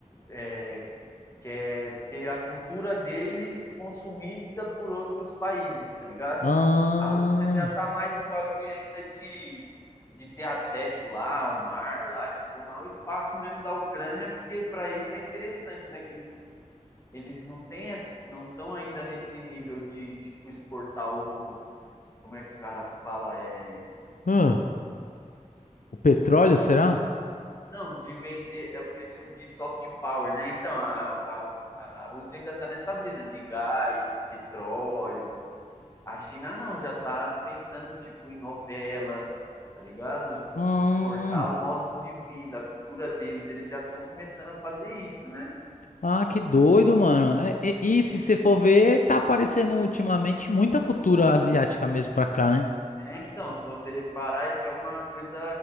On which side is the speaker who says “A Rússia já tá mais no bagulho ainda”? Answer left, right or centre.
Left